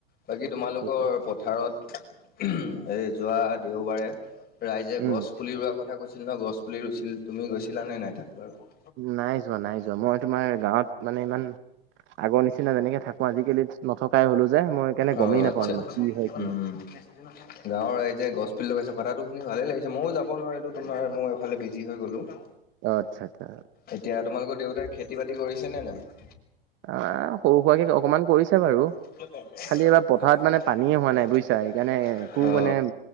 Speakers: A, on the left; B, on the right.
A: বাকী তোমালোকৰ
B: সেইটোৱে।
A: পথাৰত <unintelligible> এ যোৱা দেওবাৰে ৰাইজে
B: উম,
A: গছ পুলি ৰোৱাৰ কথা কৈছিল ন, গছ পুলি ৰুইছিল, তুমি গৈছিলা নে নাই তাত বাৰু <unintelligible>
B: নাই যোৱা, নাই যোৱা, মই তোমাৰ গাঁৱত মানে ইমান <inaudible> আগৰ নিচিনা যেনেকে থাকো আজিকালি নথকাই হলো যে মই সেইকাৰণে
A: অ'
B: গমেই
A: আচ্ছা
B: নাপাওঁ মানে কি হয়, কি
A: উম।
B: নহয় <unintelligible>
A: গাঁৱৰ ৰাইজে গছ পুলি লগাইছে, কথাটো শুনি ভালে লাগিছে। মইও যাব নোৱাৰিলো তোমাৰ মই এইফালে বিজি হৈ গলোঁ। <inaudible>
B: অ আচ্ছা-আচ্ছা।
A: এতিয়া তোমালোকৰ দেউতাই খেতি-বাতি কৰিছে নে নাই?
B: আহ সৰু সোৱাকে অকমান কৰিছে বাৰু। <unintelligible>
A: <unintelligible>
B: খালি এবাৰ পথাৰত মানে পানীয়ে হোৱা নাই বুজিছা সেইকাৰণে একো
A: অ।
B: মানে